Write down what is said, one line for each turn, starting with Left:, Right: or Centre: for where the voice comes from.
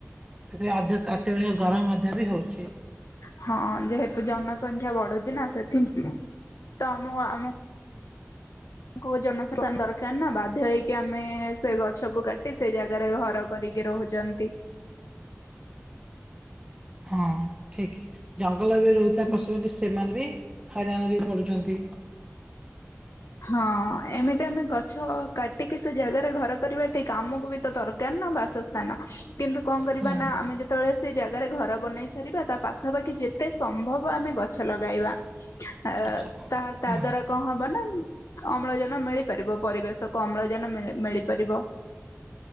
Right: ସେଥିପାଇଁ ଅତ୍ୟଧିକ ଗରମ ମଧ୍ୟ ବି ହଉଛି
Left: ହଁ ଯେହେତୁ ଜନସଂଖ୍ୟା ବଢୁଛି ନା ସେଥି ତ ଆମ ଆମ ଆଙ୍କୁ ଜନସାଧାରଣ ଦରକାର ନା ବାଧ୍ୟ ହେଇକି ଆମେ ସେ ଗଛ କ କାଟି ସେ ଜାଗାରେ ଘର କରିକି ରହୁଛନ୍ତି
Right: ହଁ ଠିକ ଜା ଭଲରେ ବି ରହୁଥିବା
Left: ହୁଁ।
Right: ପଶୁପକ୍ଷୀ ସେମାନେ ବି ହଇରାଣ ବି ପଢୁଛନ୍ତି
Left: ହଁ ଏମିତି ଆମେ ଗଛ କାଟିକି ସେ ଜାଗାରେ ଘର କରିବା ଠିକ ଆମକୁ ବି ତ ଦରକାର ନା ବାସସ୍ଥାନ କିନ୍ତୁ କଣ କରିବା
Right: ହୁଁ
Left: ନା ଆମେ ଯେତେବେଳେ ସେ ଜାଗାରେ ଘର ବନେଇ ସାରିବା ତା ପାଖାପାଖି ଯେତେ ସମ୍ଭବ ଆମେ ଗଛ ଲଗାଇବା ଅ
Right: ଆଚ୍ଛା
Left: ତା ତା
Right: ହଁ
Left: ଦ୍ଵାରା କଣ ହବ ନା ଅମ୍ଳଜାନ ମିଳିପାରିବ ପରିବେଶକୁ ଅମ୍ଳଜାନ ମିଳି ମିଳିପାରିବ